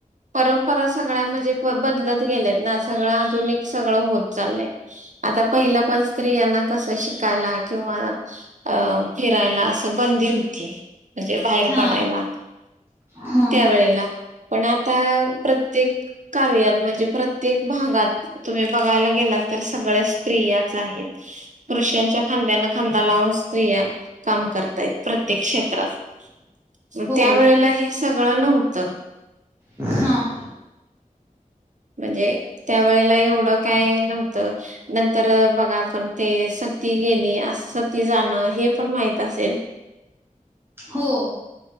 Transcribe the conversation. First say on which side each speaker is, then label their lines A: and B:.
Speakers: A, on the right; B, on the right.
A: परंपरा सगळ्या, म्हणजे बदलत गेल्यात ना, सगळं आधुनिक, सगळं होत चाललंय. आता पहिलं पण स्त्रियांना कसं शिकायला किंवा अ फिरायला असं बंदी ती, म्हणजे बाहेर
B: हा
A: पडायला,
B: हा
A: त्यावेेळेला पण आता, प्रत्येक कार्यात, म्हणजे प्रत्येक भागात तुम्ही बघायला गेलात, तर सगळ्या स्त्रियाच आहेत. पुरुषांच्या खांद्याना खांदा लावून स्त्रिया काम करताय प्रत्ये क क्षेत्रात म
B: हो
A: त्या वेळेला हे सगळं नव्हतं.
B: हां
A: म्हणजे त्यावेेळेला एवढं काय नव्हतं नंतर बघा आपण ते सती गेली सती जाणं हे पण माहित असेल
B: हो.